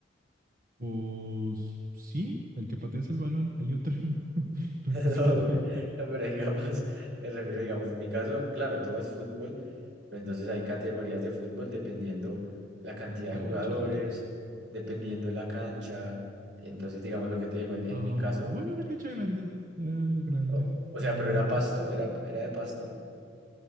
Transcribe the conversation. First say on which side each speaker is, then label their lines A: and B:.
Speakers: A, on the right; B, on the right.
A: Pues sí, el que pateas el balón, hay otro. <laughs>
B: <laughs>
A: No sé si
B: No,
A: hay
B: güey.
A: otro.
B: No, pero digamos, me refiero, digamos, en mi caso, claro, todo es fútbol, pero entonces hay categorías de fútbol dependiendo la cantidad
A: Bueno,
B: de jugadores,
A: chamaquitos.
B: dependiendo la cancha, entonces, digamos, lo que te digo, en, en
A: Ah,
B: mi caso,
A: bueno, era cancha grande, era algo grande.
B: o, o
A: Eh,
B: sea, pero era pasto, era, era de pasto,